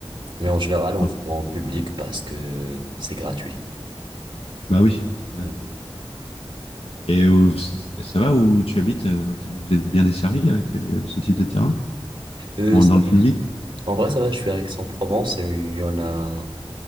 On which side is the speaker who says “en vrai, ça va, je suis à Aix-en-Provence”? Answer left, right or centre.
Right